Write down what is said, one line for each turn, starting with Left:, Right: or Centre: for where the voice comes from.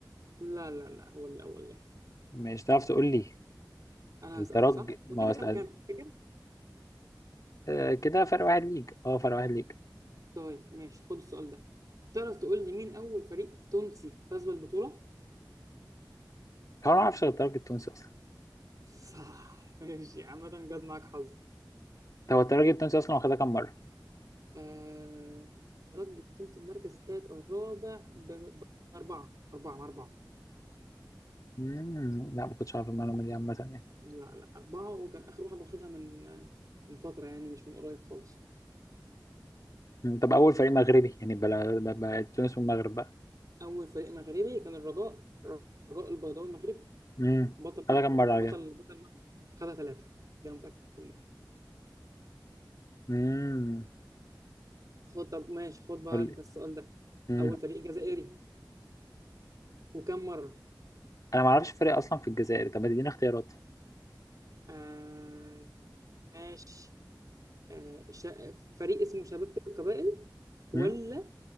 Right: لا لا لا هو الاول الاهلي
Left: مش تعرف تقول لي
Right: انا
Left: الترجي
Right: هسالك صح؟
Left: ما
Right: وكده
Left: هو
Right: كام
Left: أصل-
Right: كام تفتكر؟
Left: آه كده فرق واحد ليج اه فرق واحد ليج
Right: طيب ماشي خد السؤال ده تعرف تقول لي مين اول فريق تونسي فاز بالبطوله؟
Left: هو أنا ما اعرفش غير الترجي التونسي اصلا
Right: <laughs> صح ماشي عامة جت معاك حظ
Left: هو الترجي التونسي اصلا واخدها كام مره
Right: آه، الترجي كنت المركز الثالث او الرابع ب- باربعه اربعه مع اربعه
Left: مم. لا ما كنتش عارف المعلومة دي عامة يعني
Right: لا لا اربعه وكان اخر واحده واخدها من من فتره يعني مش من قريب خالص
Left: مم. طب أول فريق مغربي يعني بلا ب- ب- تونس والمغرب بقى
Right: اول فريق مغربي كان الرجاء الرجاء البيضاوي المغربي
Left: مم.
Right: بطل
Left: هذا كم مرة
Right: بطل
Left: عليك
Right: بطل المغرب خدها ثلاثه ده أنا متاكد منها
Left: مم.
Right: خد طب ماشي خد بقى
Left: قول
Right: انت
Left: لي
Right: السؤال ده
Left: مم.
Right: اول فريق جزائري وكم مره
Left: أنا ما أعرفش فريق أصلا في الجزائر طب ما تديني اختيارات
Right: آه ماشي آه شا... فريق اسمه شباب القبائل ولا
Left: مم.